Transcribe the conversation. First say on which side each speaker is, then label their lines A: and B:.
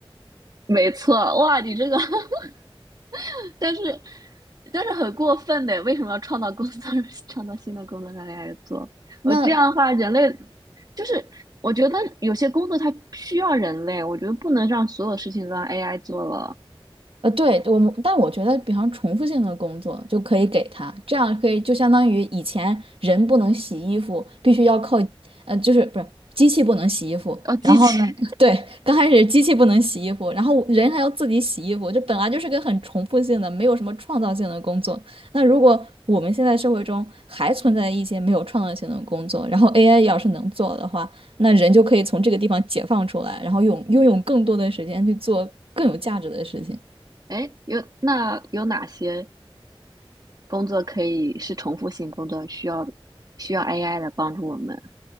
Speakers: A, on the right; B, on the right.
A: 没错，哇，你这个，<laughs> 但是但是很过分的，为什么要创造工作，<laughs> 创造新的工作让 AI 做？
B: <laughs>
A: 我这样的话，
B: 那
A: 人类就是我觉得有些工作它需要人类，我觉得不能让所有事情都让 AI 做了，
B: 呃，对，我们，但我觉得，比方重复性的工作就可以给他，这样可以就相当于以前人不能洗衣服，必须要靠，呃，就是不是机器不能洗衣服，
A: 哦，机器。
B: 然后呢，<laughs> 对，刚开始机器不能洗衣服，然后人还要自己洗衣服，这本来就是个很重复性的，没有什么创造性的工作。那如果我们现在社会中还存在一些没有创造性的工作，然后 AI 要是能做的话，那人就可以从这个地方解放出来，然后用拥有更多的时间去做更有价值的事情。
A: <laughs> 哎，有那有哪些工作可以是重复性工作，需要需要 AI 来帮助我们？